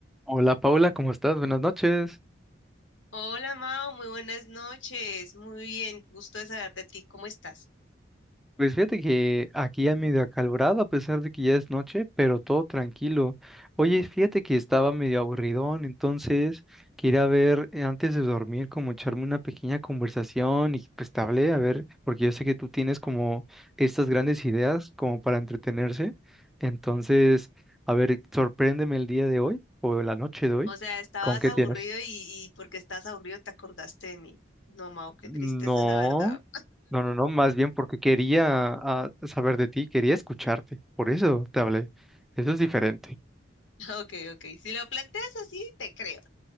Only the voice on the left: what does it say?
Hola Mao, muy buenas noches. Muy bien, gusto de saber de ti. ¿Cómo estás?
O sea, estabas
aburrido
y, y porque estabas aburrido te acordaste de mí. No, Mao, qué
tristeza, la verdad.
<laughs> Ok, ok. Si lo planteas así, te creo.